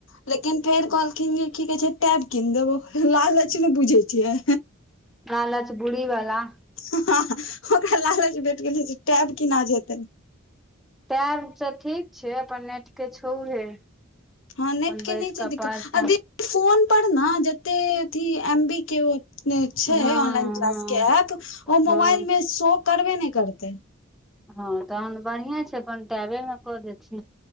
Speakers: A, on the left; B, in the centre.
A: लेकिन फेर कहलखिन जे कि कहै छै टैब कीन देबौ लालच मे बुझै छियै
B: लालच बुरी वला।
A: हँ हँ ओकरा लालच भेट गेल जे टैब कीना जेतय
B: टैब त ठीक छैय अपन नेट तऽ छौहे
A: हँ
B: अपन
A: नेट
B: बैस
A: के नहि छै
B: कऽ
A: दिक्कत
B: पाँच टा
A: आ दी फोन पर नऽ जते अथी एम बी के हु छैय
B: हँ
A: ऑनलाइन क्लास
B: हँ
A: के एप्प ओ मोबाइल
B: हँ
A: मे शो करबे नहि करतय
B: हँ तहन बढ़िया छैय अपन टैबे मे कऽ देथिह